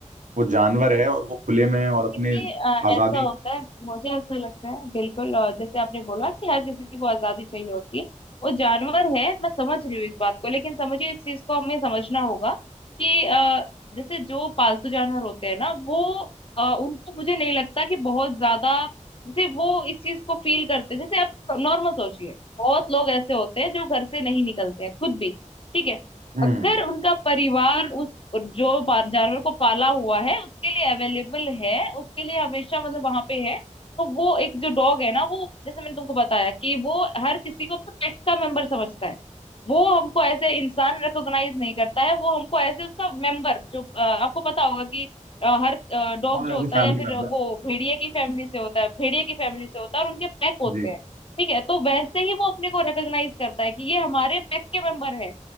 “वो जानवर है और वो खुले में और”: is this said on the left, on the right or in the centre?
Right